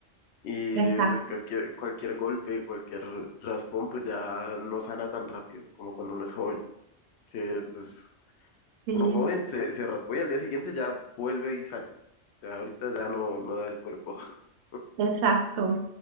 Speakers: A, on the left (about 65°); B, on the right (about 85°).
A: Y
B: Exacto,
A: pues cualquier, cualquier golpe, cualquier raspón, pues ya no sana tan rápido como cuando uno es joven. Que pues
B: sí,
A: uno joven se, se raspó y al día siguiente ya vuelve y sale. O sea, ahorita ya no, no da el cuerpo. <laughs>
B: exacto.